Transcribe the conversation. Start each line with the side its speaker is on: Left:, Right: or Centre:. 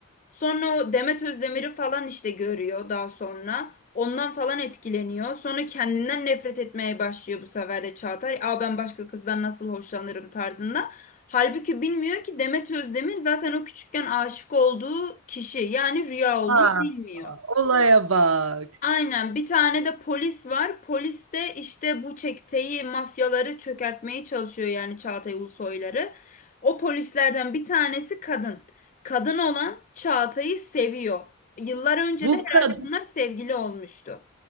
Left: Sonra o Demet Özdemir'i falan işte görüyor daha sonra. Ondan falan etkileniyor. Sonra kendinden nefret etmeye başlıyor bu sefer de Çağatay. Aa ben başka kızdan nasıl hoşlanırım tarzında. Halbuki bilmiyor ki Demet Özdemir zaten o küçükken aşık olduğu kişi yani rüya olduğunu
Right: Ha,
Left: bilmiyor.
Right: olaya bak.
Left: Aynen bir tane de polis var. Polis de işte bu çeteyi, mafyaları çökertmeye çalışıyor yani Çağatay Ulusoyları. O polislerden bir tanesi kadın. Kadın olan Çağatay'ı seviyor. Yıllar önce
Right: Bu
Left: de herhalde
Right: kadın,
Left: bunlar sevgili olmuştu.